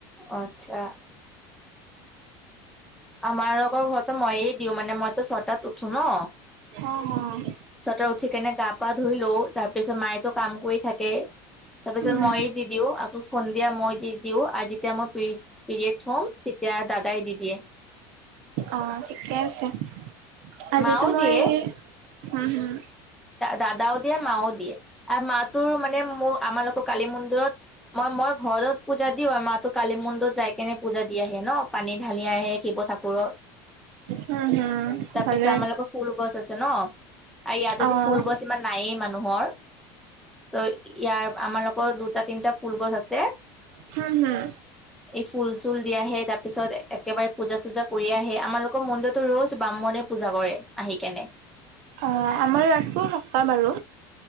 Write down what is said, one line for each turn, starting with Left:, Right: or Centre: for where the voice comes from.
Centre: আচ্ছা। আমাৰ আক ঘৰততো ময়ে দিওঁ, মানে মইতো ছটাত উঠো ন।
Right: অ হয়।
Centre: ছটাত উঠি কেনে গা পা ধুই লও, তাৰ পিছত মায়েতো কাম কৰি থাকে। তাৰ পিছত
Right: উম
Centre: মইয়ে দি দিওঁ, আকৌ সুন্দিয়া মই দি দিওঁ আৰু যেতিয়া মই পিছ- পিৰিয়ড হম তেতিয়া দাদাই দি দিয়ে।
Right: অ ঠিকে আছে, আজিতো
Centre: মাও
Right: মই
Centre: দিয়ে
Right: হম হম।
Centre: দাদাও দিয়ে মাও দিয়ে আৰু আমাটো মানে মোৰ আমাৰটো কৰ কালী মন্দিৰত, মই মই ঘৰত পূজা দিওঁ আৰু মাতো কালি মন্দ- ত যাই কেনে পূজা দি আহে ন পানী ঢালি আহে শিৱ ঠাকুৰৰ।
Right: হম হম হম
Centre: তাৰপিছত
Right: ভালে
Centre: আমালোকৰ ফুল গছ আছে ন আৰু ইয়াতে-
Right: অ'
Centre: ছিমান নায়েই মানুহৰ। ত' ইয়াৰ আমাৰালোকৰ দুটা তিনিটা ফুলগছ আছে,
Right: হম হুম।
Centre: এই ফুল চুল দি আহে তাৰ পিছত একেবাৰে পূজা চূজা কৰি আহে আমালোকৰ মন্দিৰ- ত ৰজ ব্ৰাহ্মণে পূজা কৰে আহি কেনে।
Right: অ আমাৰ ৰাতি সপ্তাহ আৰু